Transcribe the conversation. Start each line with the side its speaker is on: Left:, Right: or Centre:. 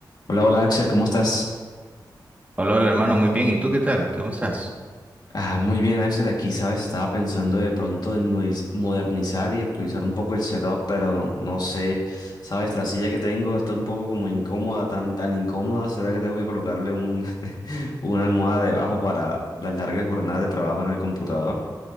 Left: Hola, hola Axel, ¿cómo estás?
Right: Hola, hola, hermano, muy bien. ¿Y tú qué tal? ¿Cómo estás?
Left: Ah, muy bien Axel, aquí sabes, estaba pensando de pronto en modis- modernizar y actualizar un poco el setup, pero no sé, sabes, la silla que tengo está un poco como incómoda, tan, tan incómoda, será que tengo que colocarle un, <laughs> una almohada debajo para las largas jornadas de trabajo en el computador.